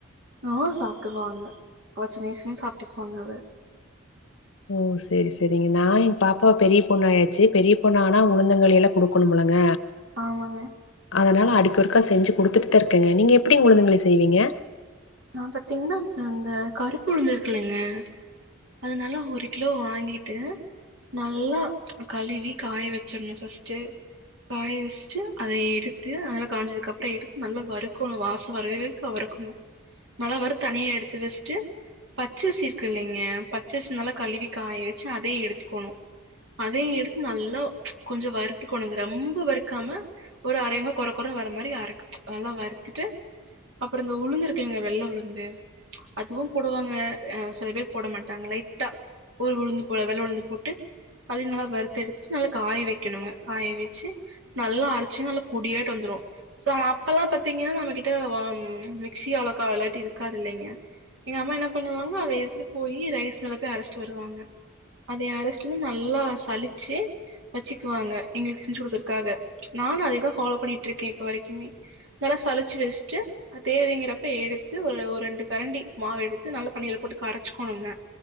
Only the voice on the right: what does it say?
நா சாப்பிட்டுக்குவாங்க அவ சின்னவயஷ்லயு சாப்ட்டுக்குவாங்க அத
ஆமாங்க
நா பாத்தீங்ன்னா இந்த கருப்புழுந்து இருக்குலங்க அத நல்லா ஒரு கிலோ வாங்கிட்டு நல்லா கழுவி காய வெச்சர்ணு ஃபஸ்ட்டு காய வெஸ்ட்டு அத எடுத்து அதல்ல காஞ்சதுக்கு அப்புறோ எடுத்து நல்லா வறுக்கணு வாச வரவே வேக்கு வறுக்கணு நல்லா வறுத்த தனியா எடுத்து வெஸ்ட்டு பச்சர்சி இருக்கு இல்லைங்க பச்சரிசி நல்வா கழுவி காய வெச்சு அதயு எடுத்துக்கணு அதையு எடுத்து நல்லா கொஞ்சோ வறுத்துக்கணுங் ரொம்ப வறுக்காம ஒரு அரையங்க கொற கொறன் வர மாரி அர நல்லா வறுத்துட்டு அப்புறோ இந்த உளுந்து இரு க்குங்க வெள்ள உளுந்து அதுவு போடுவாங்க அ சில பேர் போட மாட்டாங்க லைட்டா போல் உளுந்து போல வெள்ள உளுந்து போட்டு அதயு நல்லா வறுத்தெடுத்துட்டு நல்லா காய வெக்கணுங்க காய வெச்சு நல்லா அரச்சு நல்லா பொடியாட்டு வந்துரு ச அப்பல்லா பாத்தீங்கன்னா நம்ம கிட்ட வ ம் மி க்ஸி அவ்ளக்கா எல்லாட்டியு இருக்காதில்லைங்க எங்க அம்மா என்ன பண்ணுவாங்கோ அத எடுத்துட்டு போயி ரைஸ் மில்லத்தா அரஷ்ட்டு வருவாங்க அதை அரஷ்டும் நல்லா சளிச்சு வெச்சுக்குவாங்க எங்களுக்கு செஞ்சு குடுக்குறக்காக நானு அதேதா ஃபாலோ பண்ணிட்டுருக்க இப்போ வரைக்குமே நல்லா சளிச்சு வெஷ்ட்டு அத் தேவைங் கப்ப எடுத்து ஒரு ஒரு ரெண்டு கரண்டி மாவு எடுத்து நல்லா தண்ணியில போட்டு கரைச்சுக்கணுங்க